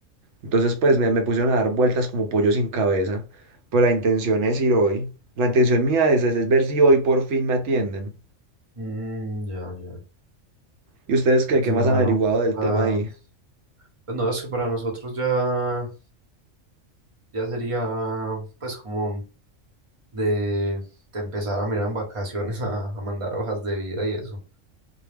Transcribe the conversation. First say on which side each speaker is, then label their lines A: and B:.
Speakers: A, on the right; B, on the right.
A: Entonces, pues me, me pusieron a dar vueltas como pollo sin cabeza. Pero la intención es ir hoy. La intención mía es, es, es ver si hoy por fin me atienden.
B: Mm, ya, ya.
A: ¿Y ustedes qué,
B: Sí,
A: qué más
B: mano.
A: han averiguado del
B: la-
A: tema ahí?
B: Pues no, es que para nosotros ya, ya sería pues como un- de, de empezar a mirar en vacaciones <laughs> a, a mandar hojas de vida y eso.